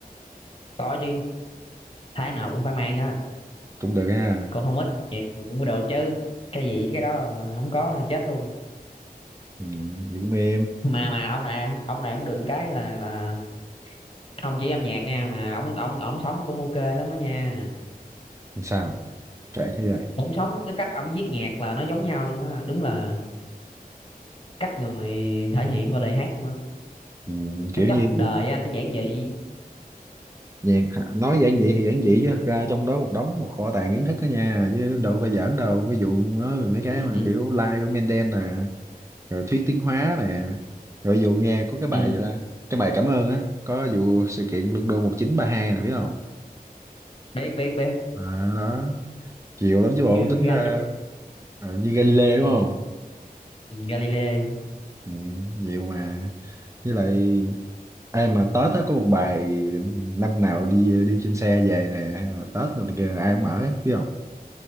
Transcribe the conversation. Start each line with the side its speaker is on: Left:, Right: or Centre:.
Left: có chứ tháng nào cũng phải mang á
Right: cũng được ha
Left: còn không ít nhiều cũng được chứ cái gì cái đó là không có nữa chết luôn
Right: ừ, vậy cũng êm
Left: mà mà ông này ông này ông đừng cái là là không chỉ âm nhạc nha mà ông ông ông sống cũng ok lắm đó nha
Right: Làm sao trễ thế rồi
Left: ông sống với cái cách ông viết nhạc là nó giống nhau luôn á đúng là cách người thể hiện qua lời hát luôn á
Right: ừ, kiểu
Left: nó chất
Right: như
Left: đời á nó giản dị
Right: Nhàn, nói giản dị thì giản dị chứ thật ra trong đó một đống một kho tàng kiến thức đó nha chứ đâu phải giỡn đâu ví dụ nói về mấy cái
Left: ừ,
Right: mà kiểu like của Mendel nè rồi thuyết tiến hóa nè rồi ví dụ nghe có cái bài
Left: ừ.
Right: gì ta cái bài cảm ơn á có vụ sự kiện London 1932 nè biết không
Left: biết biết biết
Right: à, đó nhiều lắm chứ bộ
Left: như
Right: tính
Left: Galileo
Right: ra ờ, như Galileo đúng
Left: ừ.
Right: không
Left: Galileo
Right: ừ, nhiều mà với lại ai mà Tết á có một bài năm nào đi đi trên xe về nè hay là Tết rồi này kia ai cũng mở á biết không